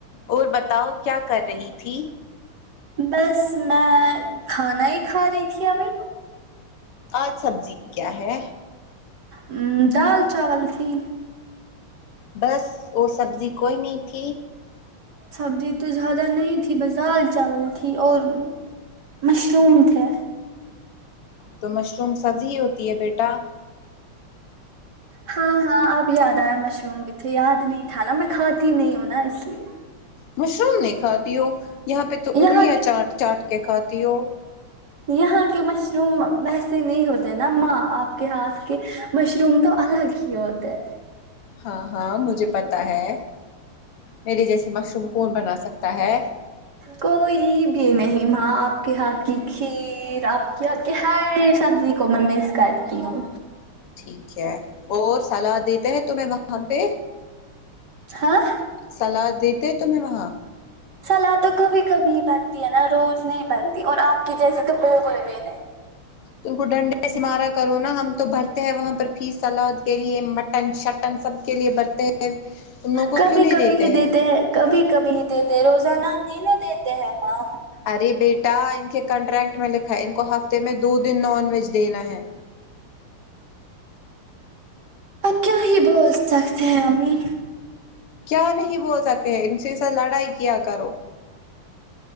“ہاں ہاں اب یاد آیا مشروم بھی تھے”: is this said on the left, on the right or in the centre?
Right